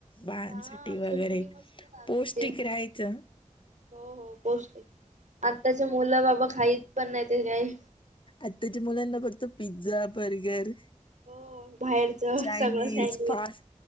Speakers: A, on the left; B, on the right.
A: बाळांसाठी
B: छान
A: वगैरे
B: सुकुडी मस्त लागायची
A: पौष्टिक राहायचं.
B: हो हो पौष्टिक आत्ताच्या मुलं बाबा खाईत पण नाही ते काही.
A: आताच्या मुलांना फक्त पिझ्झा बर्गर
B: हो. बाहेरच
A: चायनीज
B: सगळं सँडविच
A: पास